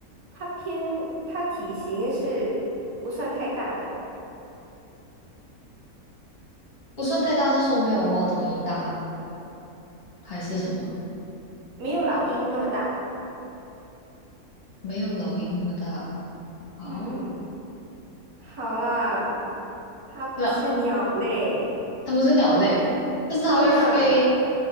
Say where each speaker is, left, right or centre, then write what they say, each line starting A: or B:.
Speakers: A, on the right; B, on the left.
A: 他偏他体型是不算太大的，
B: 不算太大，是说没有猫头鹰大，还是什么？
A: 没有老鹰那么大。
B: 没有老鹰那么大。好，
A: 嗯，好啦，它不是鸟类。
B: 那它不是鸟类，但是它会飞，
A: 啊，